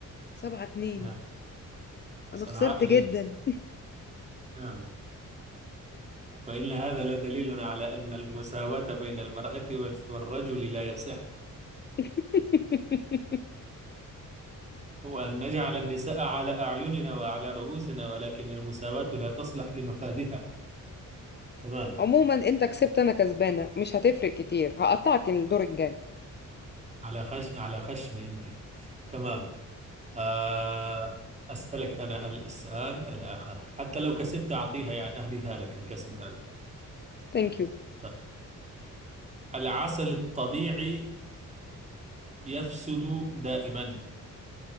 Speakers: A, on the left (about 35°); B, on the right (about 20°).
A: سبعة اتنين
B: نعم
A: أنا
B: صنعاء
A: خسرت
B: اليمن
A: جدا
B: نعم وإن هذا لدليل على أن المساواة بين المرأة والرجل لا يصح
A: <laughs>
B: وأن نجعل النساء على أعيننا وعلى رؤوسنا ولكن المساواة لا تصلح لمفادها تمام
A: عموما أنت كسبت أنا كسبانة مش هتفرق كتير هقطعك الدور الجاي
B: على خش على خشم أنت تمام آه أسألك أنا السؤال الآخر حتى لو كسبت أعطيها يعني أهديها لك الكسب هذا
A: ثانك يو
B: طيب العسل الطبيعي يفسد دائما